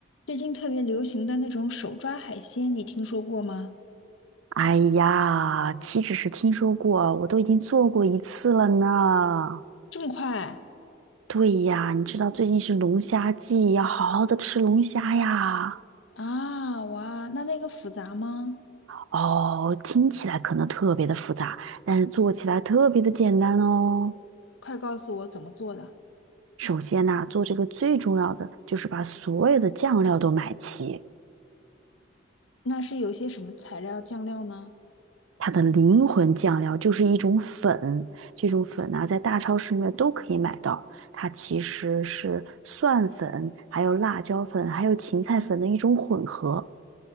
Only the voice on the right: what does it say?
哎呀，岂止是听说过，我都已经做过一次了呢。
对呀，你知道最近是龙虾季，要好好的吃龙虾呀。
哦，听起来可能特别的复杂，但是做起来特别的简单哦。
首先呢，做这个最重要的就是把所有的酱料都买齐，
它的灵魂酱料就是一种粉，这种粉呢、在大超市里面都可以买到。它其实是蒜粉、还有辣椒粉、还有芹菜粉的一种混合，